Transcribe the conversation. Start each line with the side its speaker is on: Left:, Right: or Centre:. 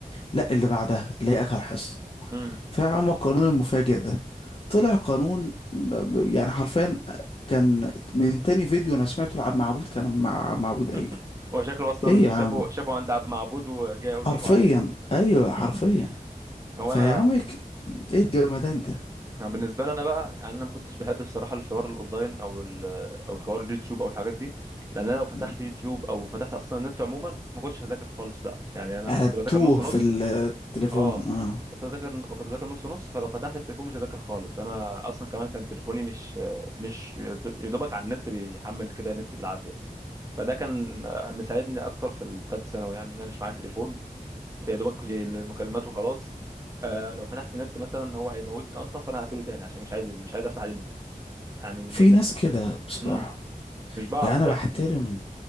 Left: لا اللي بعدها اللي هي اخر حصه
Right: مم.
Left: فيا عم القانون المفاجئ ده طلع قانون ب- ب- يعني حرفيا كان من تاني فيديو انا سمعته لعب معبود كان مع مع معبود قايله
Right: <laughs> هو شكله اصلا
Left: ايه يا
Right: شافوا
Left: عم
Right: شافوا عند عبد معبود وجاي اقول
Left: حرفيا
Right: لكم عليه
Left: ايوه
Right: <laughs>
Left: حرفيا
Right: هو
Left: فيا
Right: انا
Left: عم ايه إيه الجمدان ده
Right: يعني بالنسبه لي انا بقى يعني انا ما كنتش بحب بصراحه الحوار الاونلاين او ال... او حوار اليوتيوب او الحاجات دي لان انا لو فتحت
Left: مم.
Right: يوتيوب او فتحت اصلا النت عموما ما كنتش هذاكر خالص بقى يعني انا
Left: هتوه
Right: كنت بذاكر نص نص
Left: في التليفون
Right: اه
Left: اه
Right: كنت بذاكر ما كنت بذاكر نص نص فلو فتحت التليفون مش هذاكر خالص انا اصلا كمان كان تليفوني مش مش يدوبك على النت بيحمل كده نت بالعافيه فده كان مساعدني اكتر في الثالثه ثانوي يعني ان انا مش معايا تليفون يا دوبك المكالمات وخلاص آه لو فتحت النت مثلا هو هيموتني اصلا فانا هقفله تاني عشان مش عايز مش عايز افتح عليه النت يعني النت
Left: في ناس كده بصراحة
Right: امم مش بعرف
Left: يعني انا
Right: اذاكر
Left: بحترم